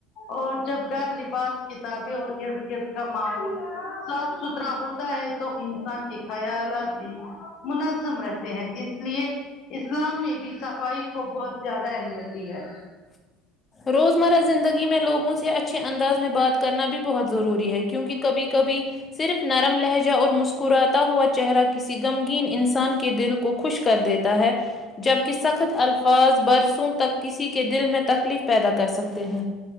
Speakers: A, on the left (about 55°); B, on the left (about 30°).
A: اور جب گھر لباس کتابیں اور ارد گرد کا ماحول صاف ستھرا ہوتا ہے توہ انسان کے خیالات بھی منظم رہتے ہیں اس اسلیے اسلام نے بھی صفائی کو بہت زیادہ اہمیت دی ہے
B: روزمرہ زندگی میں لوگوں سے اچھے انداز میں بات کرنا بھی بہت ضروری ہے کیونکہ کبھی کبھی صرف نرم لہجہ اور مسکراتا ہوا چہرہ کسی غمگین انسان کے دل کو خوشک کر دیتا ہے جبکہ سخت الفاظ برسوں تک کسی کے دل میں تکلیف پیدا کر سکتے ہیں